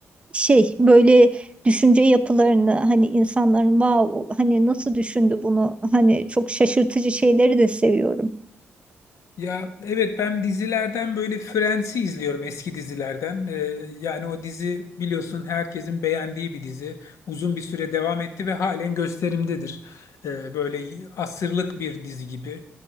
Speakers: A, on the right; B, on the left.
A: şey böyle düşünce yapılarını hani insanların wow hani nasıl düşündü bunu hani çok şaşırtıcı şeyleri de seviyorum.
B: Ya evet ben dizilerden böyle Friends'i izliyorum eski dizilerden. Ee, yani o dizi biliyorsun herkesin beğendiği bir dizi. Uzun bir süre devam etti ve halen gösterimdedir. Ee, böyle asırlık bir dizi gibi.